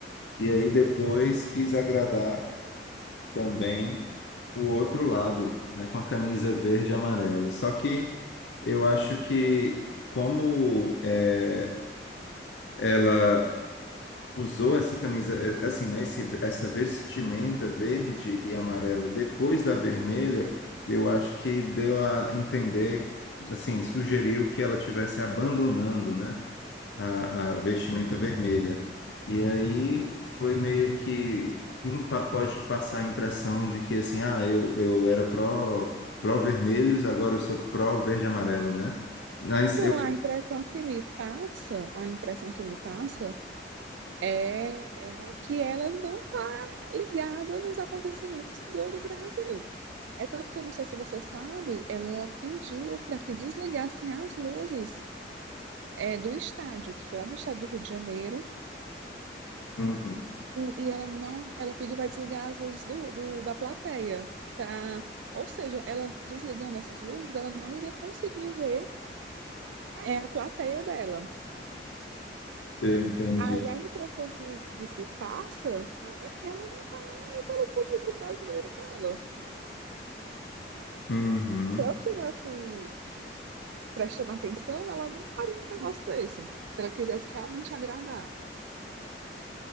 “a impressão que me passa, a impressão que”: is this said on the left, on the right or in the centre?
Right